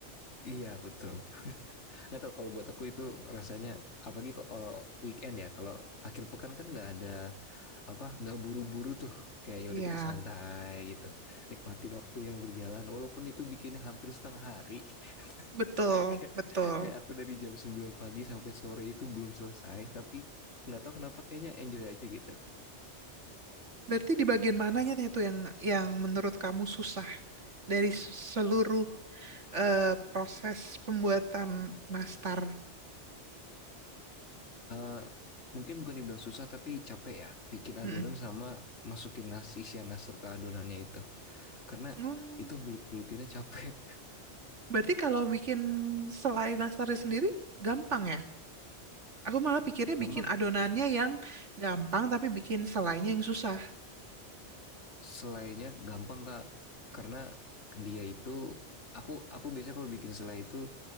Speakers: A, on the left; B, on the right.
A: iya betul nggak tahu kalau buat aku itu rasanya apalagi kalau weekend ya kalau akhir pekan kan nggak ada apa nggak buru-buru tuh kayak ya
B: Iya,
A: udah kita santai gitu nikmatin waktu yang berjalan walaupun itu bikinnya hampir setengah hari
B: betul,
A: <laughs> kayak
B: betul.
A: kayak aku dari jam 9 pagi sampai sore itu belum selesai tapi nggak tahu kenapa kayaknya enjoy aja gitu
B: Berarti di bagian mananya tuh yang yang menurut kamu susah dari s- seluruh eh, proses pembuatan nastar?
A: Eh, mungkin bukan dibilang susah tapi capek ya bikin adonan
B: Mm-mm.
A: sama masukin nasi isian nasar ke adonannya itu karena
B: Hmm,
A: itu bulut-bulutinnya capek
B: berarti kalau bikin selai nastarnya sendiri gampang ya? Aku malah pikirnya
A: gampang
B: bikin adonannya yang gampang tapi bikin selainya yang susah.
A: selainya gampang kak karena dia itu aku aku biasanya kalau bikin selai itu